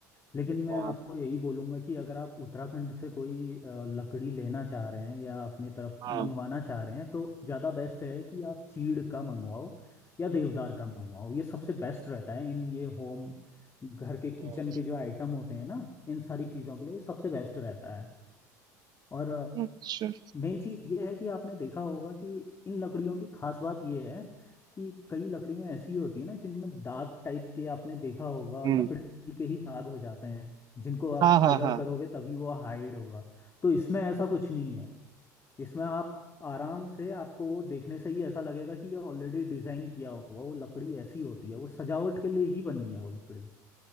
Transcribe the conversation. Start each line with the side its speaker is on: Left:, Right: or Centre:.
Left: लेकिन मैं
Right: हाँ
Left: आपको यही बोलूँगा कि अगर आप उत्तराखंड से कोई अ, लकड़ी लेना चाह रहे हैं या अपने तरफ
Right: हाँ
Left: मंगवाना चाह रहे हैं तो ज़्यादा बेस्ट है कि आप चीड़ का मंगवाओ या देवदार का मंगवाओ ये सबसे बेस्ट रहता है इन ये होम घर के किचन
Right: हम्म,
Left: के जो आइटम होते हैं ना इन सारी चीज़ों के लिए ये सबसे बेस्ट रहता है और
Right: अच्छा
Left: मेन चीज ये है कि आपने देखा होगा कि इन लकड़ियों की खास बात ये है कि कई लकड़ियां ऐसी होती है ना जिनमें दाग टाइप के आपने देखा होगा
Right: हम्म
Left: लकड़ी के ही दाग हो जाते हैं जिनको आप
Right: हाँ हाँ
Left: कलर
Right: हाँ
Left: करोगे तभी वो हाइड होगा तो इसमें ऐसा कुछ नहीं है इसमें आप आराम से आपको वो देखने से ही ऐसा लगेगा कि ये ऑलरेडी डिजाइन किया होगा वो लकड़ी ऐसी होती है वो सजावट के लिए ही बनी है वो लकड़ी